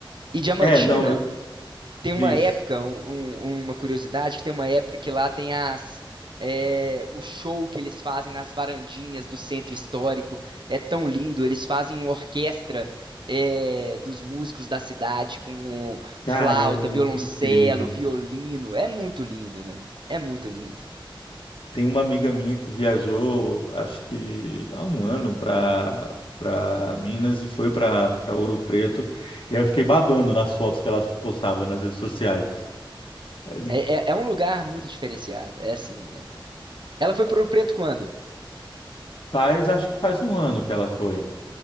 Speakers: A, on the right (about 60°); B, on the left (about 75°).
A: E Diamantina
B: é, não, eu-
A: tem
B: diz.
A: uma época, um- um- uma curiosidade, que tem uma época que lá tem as é, o show que eles fazem nas varandinhas do centro histórico. É tão lindo, eles fazem uma orquestra é, dos músicos da cidade com
B: Caramba,
A: flauta, violoncelo,
B: que incrível.
A: violino. É muito lindo, velho. É muito lindo.
B: Tem uma amiga minha que viajou, acho que há um ano, para para Minas e foi para para Ouro Preto. E aí eu fiquei babando nas fotos que ela postava nas redes sociais. Ele
A: É, é- é um lugar muito diferenciado. É assim, velho. Ela foi pro Preto quando?
B: Faz, acho que faz um ano que ela foi.